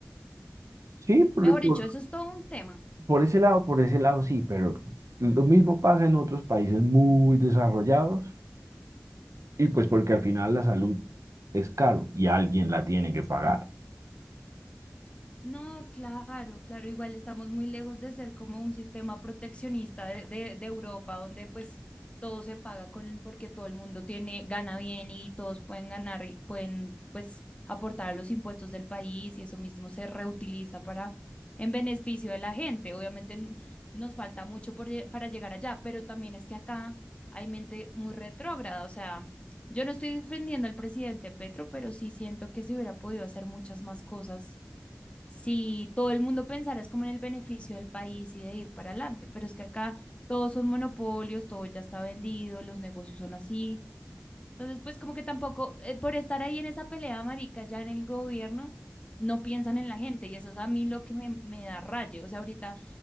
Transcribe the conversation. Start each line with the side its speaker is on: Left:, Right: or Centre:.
Right: Sí, por,
Left: Mejor
Right: por,
Left: dicho, eso es todo un tema.
Right: por ese lado, por ese lado sí, pero lo mismo pasa en otros países muy desarrollados Y pues porque al final la salud es caro y alguien la tiene que pagar.
Left: No, claro, claro, igual estamos muy lejos de ser como un sistema proteccionista de, de- de Europa, donde pues todo se paga con, porque todo el mundo tiene, gana bien y todos pueden ganar, y pueden pues aportar a los impuestos del país y eso mismo se reutiliza para, en beneficio de la gente. Obviamente n- nos falta mucho por lle- para llegar allá, pero también es que acá hay mente muy retrógrada, o sea, yo no estoy defendiendo al presidente Petro, pero sí siento que se hubiera podido hacer muchas más cosas si todo el mundo pensara es como en el beneficio del país y de ir para adelante, pero es que acá todos son monopolios, todo ya está vendido, los negocios son así. Entonces, pues como que tampoco, eh, por estar ahí en esa pelea, marica, ya en el gobierno, no piensan en la gente y eso es a mí lo que me, me da raye. O sea, ahorita